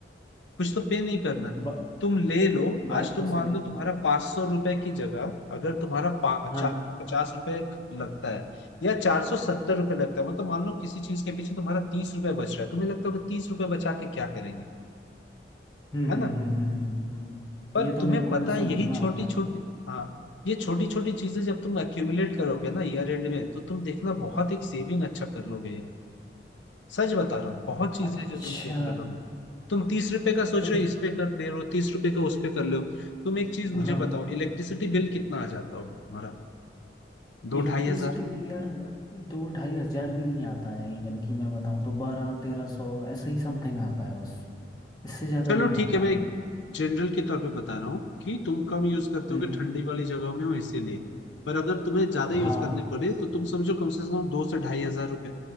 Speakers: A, on the left (about 85°); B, on the left (about 20°).
A: कुछ तो पे नहीं करना
B: बा,
A: तुम ले लो
B: बात
A: आज तुम
B: तो सही
A: मान लो तुम्हारा पांच सौ रुपए की जगह अगर तुम्हारा चार
B: हाँ
A: सौ पचास रुपए लगता है या चार सौ सत्तर रुपए लगता है मतलब मान लो किसी चीज के पीछे तुम्हारा तीस रुपए बच रहा है तुम्हें लगता होगा तीस रुपए बचा के क्या करेंगे
B: हम्म
A: है
B: हम्म
A: ना
B: हम्म हम्म हम्म, हम्म। हम्म।
A: पर
B: ये तो
A: तुम्हें
B: मेरे को
A: पता
B: मैं समझ
A: है यही
B: में
A: छोटी
B: आता
A: छोटी
B: है
A: हाँ ये छोटी छोटी चीजें जब तुम एक्यूमुलेट करोगे ना ईयर एंड में तो तुम देखना बहुत एक सेविंग अच्छा कर लोगे सच बता रहा हूँ बहुत चीजें
B: अच्छा
A: हैं जो तुम सेव कर लोगे तुम तीस रुपए का सोच
B: तो ये-
A: रहे हो इस पे कर दे रहे हो तीस रुपए का उस पे कर ले हो तुम एक चीज मुझे
B: हाँ
A: बताओ इलेक्ट्रिसिटी बिल कितना आ जाता होगा तुम्हारा दो
B: इलेक्ट्रिसिटी
A: ढाई हजार
B: बिल यार दो ढाई हजार भी नहीं आता है इवन कि मैं बताऊं तो बारह तेरह सौ ऐसे ही समथिंग आता है बस इससे ज़्यादा
A: चलो
B: नहीं
A: ठीक
B: आता
A: है मैं एक जनरल के तौर पे बता रहा हूँ कि तुम कम यूज करते
B: हम्म
A: होगे ठंडी वाली जगहों में हो इसीलिए पर अगर तुम्हें ज्यादा
B: हाँ
A: यूज करने पड़े तो तुम समझो कम से कम दो से ढाई हजार रुपए